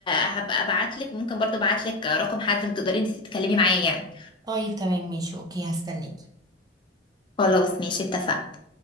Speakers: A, on the left; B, on the right.
A: هبقى ابعتلك ممكن برضو ابعتلك رقم حد ما تقدري انت تتكلمي معاه يعني
B: طيب تمام ماشي اوكي هستناك
A: خلاص ماشي اتفقنا